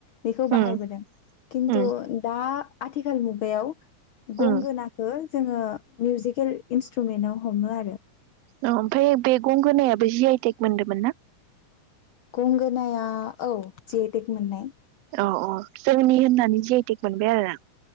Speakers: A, on the left; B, on the right.
A: बेखौ बाहायबोदों
B: उम
A: खिन्थु
B: उम
A: दा आथिखाल मुगायाव गंगोनाखौ
B: उम
A: जोङो मिउजिकेल इन्सट्रुमेन्टाव हमो आरो।
B: ओमफ्राय बेैगंगोनायाबो जि आइ टेग मोनदोंमोन ना?
A: गंगोनाया औ जि आइ टेग मोननाय।
B: औ औ जोंनि होननानै जि आइ टेग मोनबाय आरो ना।